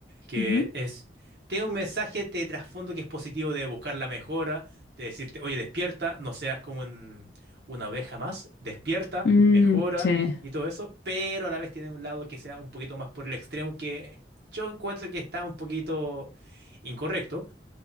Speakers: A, on the right; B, on the left.
A: que
B: Ujú.
A: es, tiene un mensaje de trasfondo que es positivo de buscar la mejora, de decirte, oye, despierta, no seas como un- una oveja más, despierta,
B: Mm,
A: mejora
B: sí.
A: y todo eso, pero a la vez tiene un lado que sea un poquito más por el extremo que yo encuentro que está un poquito incorrecto,